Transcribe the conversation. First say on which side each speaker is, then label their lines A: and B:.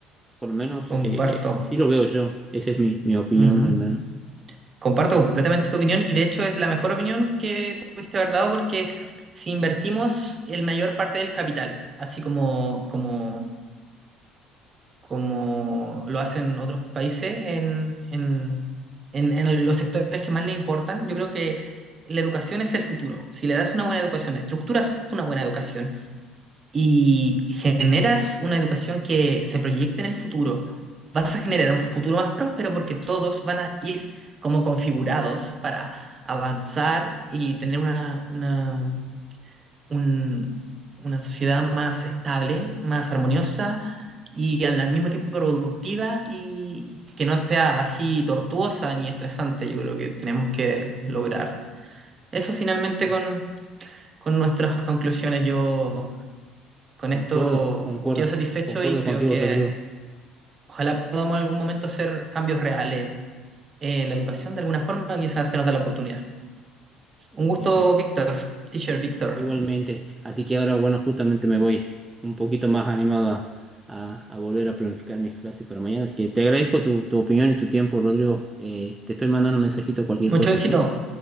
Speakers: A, on the right; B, on the right.
A: por lo menos
B: Comparto.
A: eh, así lo veo yo. Esa es mi, mi opinión
B: Ujú.
A: al menos.
B: Comparto
A: Así
B: completamente
A: que
B: tu opinión y de hecho es la mejor opinión que pudiste haber dado porque si invertimos el mayor parte del capital, así como, como, como lo hacen otros países en, en, en- en los sectores que más le importan, yo creo que la educación es el futuro. Si le das una buena educación, estructuras una buena educación. y generas una educación que se proyecte en el futuro, vas a generar un futuro más próspero porque todos van a ir como configurados para avanzar y tener una, una, un- una sociedad más estable, más armoniosa y al, al mismo tiempo productiva y que no sea así tortuosa ni estresante. Yo creo que tenemos que lograr eso finalmente
A: sí,
B: con, con nuestras conclusiones. Yo con
A: concuerdo,
B: esto
A: concuerdo,
B: quedo satisfecho
A: concuerdo
B: y creo
A: contigo,
B: que
A: Rodrigo.
B: ojalá podamos en algún momento hacer cambios reales en la educación de alguna forma, quizás se nos da la oportunidad. Un
A: Así
B: gusto,
A: que
B: Víctor, teacher Víctor.
A: igualmente, así que ahora, bueno, justamente me voy un poquito más animado a, a- a volver a planificar mis clases para mañana. Así que te agradezco tu, tu opinión y tu tiempo, Rodrigo. Eh, te estoy mandando un mensajito, cualquier
B: Mucho
A: cosa,
B: éxito
A: ¿sí?